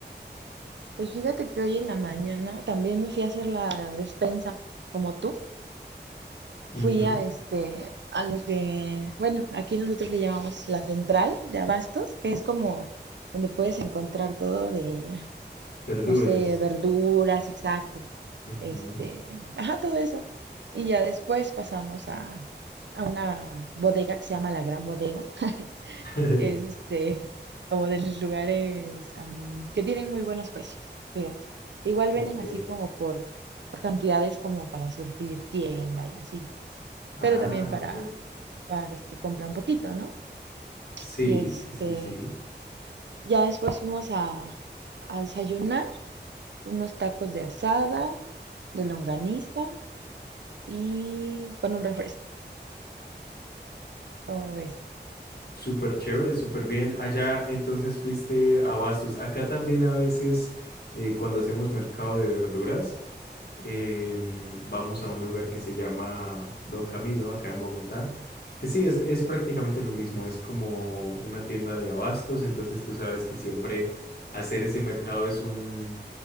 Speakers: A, on the right; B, on the left.
A: Pues fíjate que hoy en la mañana también me fui a hacer la despensa, como tú.
B: Ujú,
A: Fui a, este, a lo que, bueno, aquí nosotros le llamamos la central de abastos, que es como donde puedes encontrar todo de
B: Verduras.
A: no sé, verduras, exacto.
B: Ujú.
A: Este, ajá, todo eso. Y ya después pasamos a, a una bodega que se llama La Gran Bodega. <laughs>
B: <laughs>
A: Es este, como de los lugares am, que tienen muy buenos precios, fíjate. Igual
B: Ok.
A: venden así como por, por cantidades como para surtir tienda y así,
B: Ah,
A: pero también para,
B: ok.
A: para los que compran poquito, ¿no?
B: Sí,
A: Y este,
B: sí, sí, sí.
A: ya después fuimos a, a desayunar unos tacos de asada, de longaniza y con un refresco, como ves.
B: Súper chévere, súper bien. Allá entonces fuiste a Bastos. Acá también a veces eh, cuando hacemos mercado de verduras, em, vamos a un lugar que se llama Don Camilo, acá en Bogotá, que sí, es, es prácticamente lo mismo, es como una tienda de abastos, entonces tú sabes que siempre hacer ese mercado es un,